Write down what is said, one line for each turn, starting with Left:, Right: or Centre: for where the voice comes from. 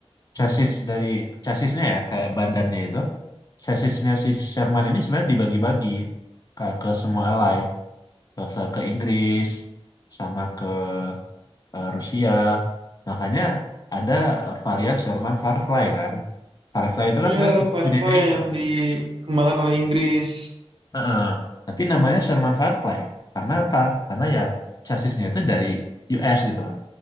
Left: chassis dari chassisnya ya kayak badannya itu chassisnya si Sherman ini sebenarnya dibagi-bagi ke, ke semua ally ke, ke Inggris sama ke eh, Rusia. Makanya ada eh, varian Sherman Firefly kan. Firefly itu kan
Right: iya
Left: sebenarnya
Right: Firefly
Left: punyanya ini.
Right: yang dikembangkan oleh Inggris
Left: Heeh. Tapi namanya Sherman Firefly. Karena apa? Karena ya chassisnya itu dari US gitu lah.